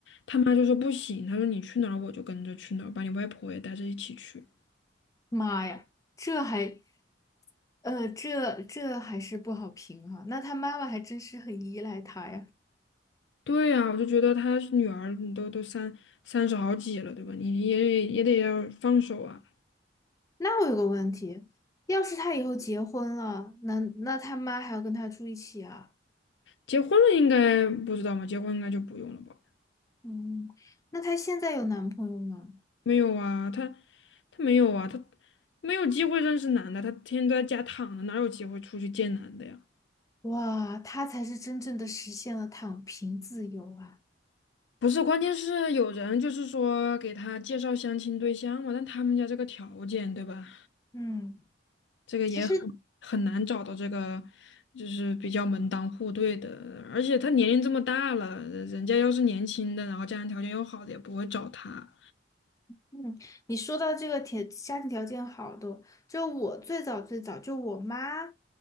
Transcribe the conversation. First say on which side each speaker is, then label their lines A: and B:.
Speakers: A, on the left; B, on the left.
A: 他妈就说不行，他说你去哪儿我就跟着去哪儿，把你外婆也带着一起去。
B: 妈呀，这还，呃，这这还是不好评哈、那他妈妈还真是很依赖他呀。
A: 对呀，我就觉得他女儿你都都三三十好几了，对吧？你也也得要放手啊。
B: 那我有个问题，要是他以后结婚了，那那他妈还要跟他住一起啊？
A: 结婚了应该不知道吗？结婚应该就不用了吧？
B: 嗯，那他现在有男朋友吗？
A: 没有啊，他他没有啊，他没有机会认识男的，他天天都在家躺着，哪有机会出去见男的呀？
B: 哇，他才是真正的实现了躺平自由啊。
A: 不是，关键是有人就是说给他介绍相亲对象嘛，但他们家这个条件，对吧？
B: 嗯。
A: 这个也很很难找到这个
B: 其实。
A: 就是比较门当户对的，而且他年龄这么大了，人家要是年轻的，然后家庭条件又好的，也不会找他。
B: 嗯，你说到这个条家庭条件好的，就我最早最早就我妈，